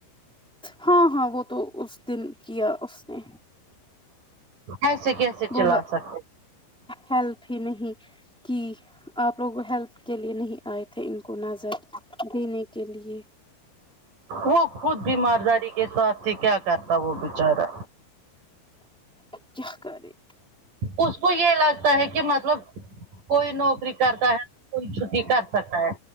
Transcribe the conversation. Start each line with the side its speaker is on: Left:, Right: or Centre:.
Centre: ہاں ہاں وہ تو اس دن کیا اس نے
Right: اسے کیسے چلا
Centre: بولا
Right: سک
Centre: ہیلپ ہی نہیں کی آپ لوگوں ہیلپ کے لیے نہیں آئے تھے ان کو نظر دینے کے لیے
Right: وہ خود بیمار داری کے ساتھ ہی کیا کرتا وہ بچارا
Centre: کیا کرے
Right: اس کو یہ لگتا ہے کے م مطلب کوئی نوکری کرتا ہے کوئی چھٹی کر سکتا ہے